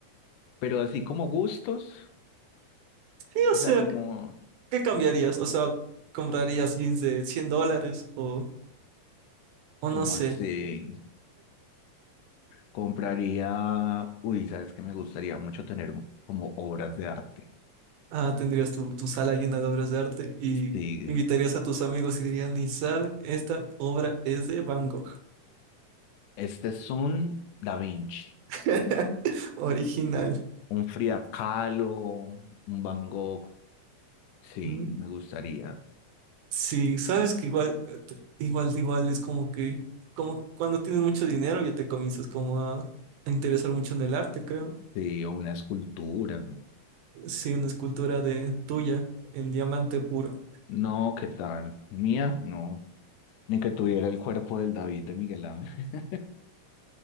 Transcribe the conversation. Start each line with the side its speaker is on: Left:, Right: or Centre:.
Left: Pero así como gustos,
Right: Sí, o
Left: o
Right: sea,
Left: sea, como,
Right: ¿qué cambiarías? O sea, ¿comprarías jeans de 100 dólares o, o no
Left: como
Right: sé?
Left: así, compraría, uy, sabes que me gustaría mucho tener un- como obras de arte.
Right: Ah, tendrías tu, tu sala llena de obras de arte y
Left: Sí,
Right: invitarías a tus amigos y dirías, ni saben, esta obra es de Van Gogh,
Left: este es un Da Vinci,
Right: <laughs> original.
Left: un Frida Kahlo, un Van Gogh. Sí,
Right: Mm,
Left: me gustaría.
Right: Sí, sabes que igual, eh, te- igual, igual es como que, como cuando tienes mucho dinero ya te comienzas como a, a interesar mucho en el arte, creo.
Left: Sí, o una escultura.
Right: Sí, una escultura de tuya en diamante puro.
Left: No, ¿qué tal? Mía, no. Ni que tuviera el cuerpo del David de Miguel Ángel. <laughs>